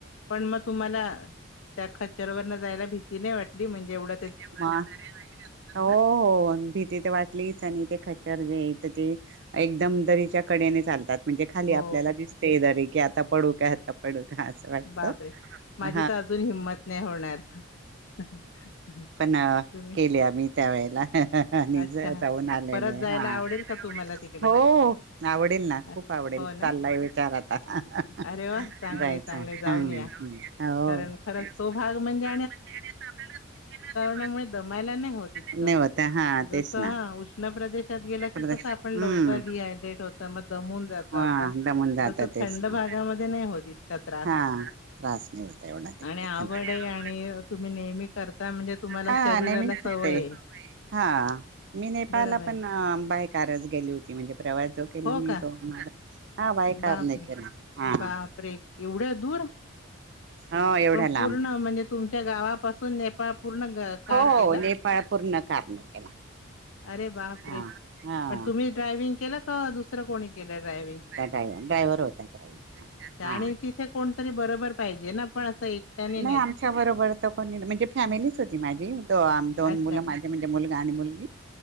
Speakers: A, on the left; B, on the right.
A: पण मग तुम्हाला त्या ख <unintelligible> वरण जायला भीती नाही वाटली जेएवढ
B: <unintelligible> हो -हो भीती ते वाटलीच आणि ते खचर जेथ ते एकदम दरीच्या कडेने चालतात. म्हणजे खाली
A: हो
B: आपल्याला दिसते दरी की आता पडू काय आता पडू का असं वाटत.
A: बापरे <inaudible> माझी
B: हा
A: तर अजून हिंमत नाही होणार. <unintelligible>
B: पन्हाळा <inaudible>
A: तुम्ही
B: केले आम्ही त त्यावेळेला हं हं आणि
A: अच्छा
B: जाऊन आलेले
A: परत
B: आहे,
A: जायला
B: हा
A: आवडेल का तुम्हाला
B: <unintelligible>
A: तिकडे
B: हो आवडेल ना खूप
A: अ,
B: आवडेल
A: हो ना
B: चाललाय विचार आता <unintelligible>
A: अरे वा! चांगलंय,
B: जायचा
A: चांगलंय
B: ह
A: जाऊन
B: <unintelligible>
A: या.
B: हो
A: कारण
B: <unintelligible>
A: खरंच तो भाग म्हणजे मुळे दमायला नाही होत इतकं
B: नाही होत हा
A: <inaudible> <inaudible> जस
B: तेच
A: आ
B: ना
A: उष्ण प्रदेश क
B: प्रदेश
A: कस आपण
B: हम्म
A: लवकर डिहायड्रेट होत म दमून जातो
B: हा
A: आपण
B: दमून
A: <inaudible>
B: जात
A: तस
B: तेच
A: थंड
B: ना
A: भागामध्ये नाही होत. इत का त्रास
B: हा त्रास
A: <inaudible>
B: नाही होता एवढा तिकडे
A: आणि आवड
B: थंडपा
A: आणि तुम्ही नेहमी कर <unintelligible> म्हणजे तुम्हाला
B: हा
A: शरीराला
B: नेहमी
A: सवय
B: करते हा, मी नेपाळला
A: बरोबर.
B: पण अ बाय कारच गेली होती म्हणजे प्रवास जो केला
A: हो
B: मी
A: का?
B: तो माझा <unintelligible> कार
A: बापरे!
B: नाही केला हा
A: बापरे, एवढ्या दूर?
B: हो एवढ्या
A: पण
B: लांब.
A: पूर्ण म्हणजे तुमच्या गावापासून नेपाळ पूर्ण कार
B: हो हो
A: केलं?
B: नेपाळ पूर्ण कारने केला
A: अरे बापरे!
B: हा हा.
A: पण तुम्ही ड्रायविंग केलं का दुसरं कोणी केलं ड्रायविंग?
B: ड्रायव्ह ड्रायव्हर होता ड्रायव्हर हा
A: आणि तिथे कोणतरी बरोबर पाहिजे ना. पण असं एकट्याने
B: नाही आमच्या बरोबर तर कोणी, म्हणजे फॅमिलीच होती माझी दोन आ
A: अच्छा
B: मुलं माझे म्हणजे मुल् गा आणि मुलगी.